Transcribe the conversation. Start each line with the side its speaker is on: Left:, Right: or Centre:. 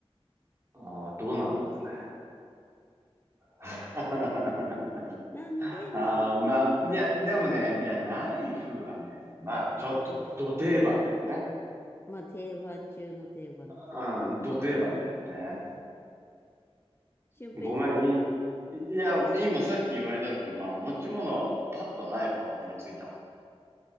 Right: ああ、どうなんだろうね。<laughs>
Left: なんで、
Right: ああ、
Left: まあ私は、
Right: まあ、いや、でもね、いや、ナイフはね、まあ、ちょっと、ど定番だよね。
Left: まあ定番中の定番です
Right: あうん、ど定番だよね。
Left: ね。俊平さんが、
Right: ごめん、い、いや、今さっき言われた時に、まあ、持ち物はもうパッとナイフが思いついたもん。